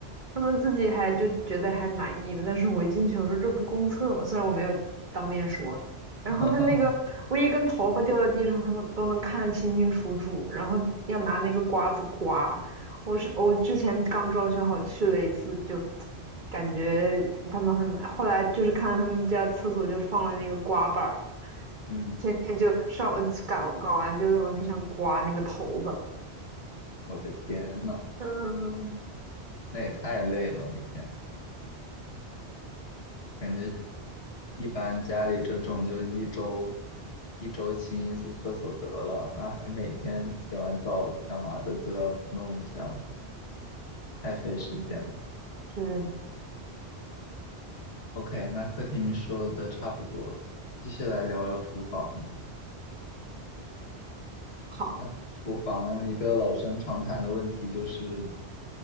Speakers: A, on the right; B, on the left.
A: 他们自己还就觉得还满意的，但是我一进去我说这不公厕吗？虽然我没有当面说，然后他那个我一根头发掉在地上，
B: <laughs>
A: 他们都能看得清清楚楚，然后要拿那个刮子刮。我是我之前刚装修好去了一次，就感觉他们很满。后来就是看到他们家厕所就放了那个刮板儿，
B: 嗯，
A: 天天就上呃搞搞完就在往那上刮那个头发。
B: 我的天呐，
A: 嗯，
B: 那也太累了，每天感觉。一般家里这种就一周一周清一次厕所得了，然后还每天洗完澡干嘛的就要弄一下，太费时间了。
A: 嗯，是
B: OK，那客厅说的差不多，继续来聊聊厨房吧。
A: 好，
B: 那厨房一个老生常谈的问题就是